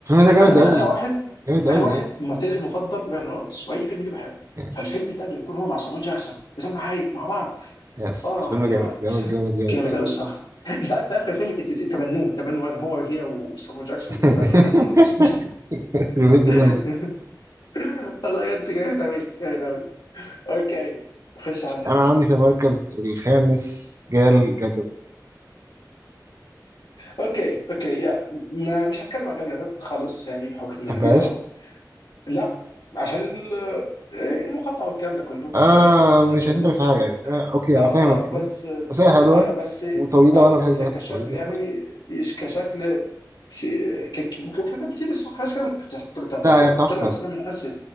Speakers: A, on the right; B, on the left.
A: ده جامد
B: انا
A: قوي
B: انا انا واحد
A: جامد
B: انا
A: قوي
B: واحد
A: بجد
B: ممثلي المفضل ريان رولدز واي فيلم ليه بحبه
A: يعني
B: فالفيلم ده انه يكون هو مع سامو جاكسون وسلمى حايك مع بعض
A: يس
B: اه
A: فيلم
B: ياد
A: جامد جامد جامد جامد
B: جامد
A: يعني
B: قوي الصراحه انت عارف في اخر الفيلم ات- ات- اتبنوه تبنوا هنا هو هي وسامو جاكسون
A: <laughs>
B: اتبنوا هان رولز
A: بجد لا.
B: <laughs> والله بجد جامد قوي جامد قوي اوكي خش عندك
A: انا
B: انت
A: عندي في المركز الخامس جال جادوت
B: اوكي اوكي يا ما مش هتكلم عن جلجلتات خالص يعني بحكم
A: تحبهاش
B: يو you نو know. لا عشان ال- إيه، المقطع والكلام ده كله
A: آه
B: فنقطع مسات
A: مش
B: برضه
A: هتفرق في حاجة يعني آه اوكي
B: اه
A: انا فاهم البوينت
B: اه بس
A: بس هي حلوة
B: اه بس
A: وطويلة
B: اه
A: وانا
B: بس
A: بحب البنات
B: ك- كشكل
A: الطويلة
B: يعني
A: ف...
B: يش- كشكل شيء ك- ك- وكتمثيل الصراحه ناس كده بت- بتعترض
A: لا
B: على
A: هي ما بتعرفش
B: تمثيلها
A: تمثل
B: بس انا من الناس